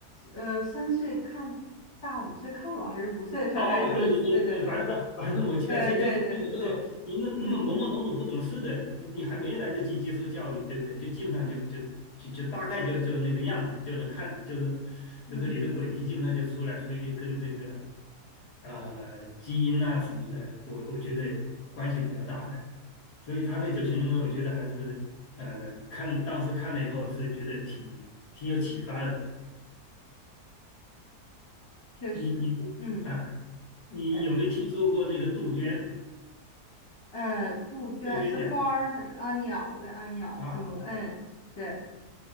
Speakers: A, on the left (about 20°); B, on the left (about 80°).
A: 呃，三岁看大五岁看老，还是五岁的时候，
B: 哦，
A: 还是什么？
B: 对对对对，
A: 对对对
B: 反正反反正我记不太清，
A: 对对对对，
B: 就是就是说你那那么懵懵懂懂不懂事的，
A: 嗯
B: 你你还没来得及接受教育，对不对？就基本上就就就就大概就就那个样子，就能看就是
A: 嗯，
B: 就是你的轨迹基本上就出来，所以跟这个呃基因呐、什么的，我我觉得关系比较大的，所以他那九型人格，我觉得还是呃看当时看了以后是觉得挺挺有启发的。
A: 确实，
B: 你你啊，
A: 嗯
B: 你有没有听说过那个杜鹃
A: 呃呃，杜鹃是花儿还是啊鸟来啊鸟怎么了？
B: 杜鹃鸟啊？
A: 嗯，对，